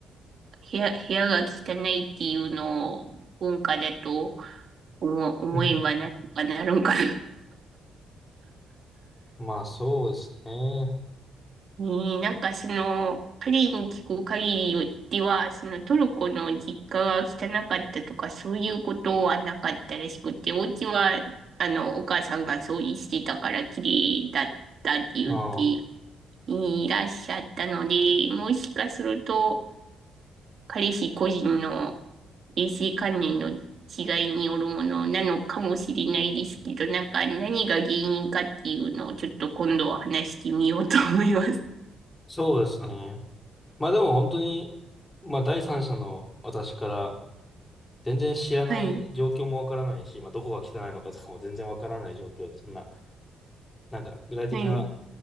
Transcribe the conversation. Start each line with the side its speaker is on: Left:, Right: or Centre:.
Right: 部屋、部屋が汚いっていうのを文化だと思、思えばなんとかなるんかな。
Left: <laughs> まあそうですね。
Right: ねえなんかその、彼に聞く限りでは、そのトルコの実家が汚かったとか、そういうことはなかったらしくて、お家は、あの、お母さんが掃除してたから綺麗だったって言って
Left: ああ、
Right: いらっしゃったので、もしかすると、彼氏個人の衛生観念の違いによるものなのかもしれないですけど、なんか何が原因かっていうのをちょっと今度は話してみようと思います。
Left: そうですね。まあでも本当に、まあ第三者の私から全然知らない状況もわからないし、
Right: はい、
Left: まあどこが汚いのかとかも全然わからない状況で、そんな、なんか具体的な
Right: はい。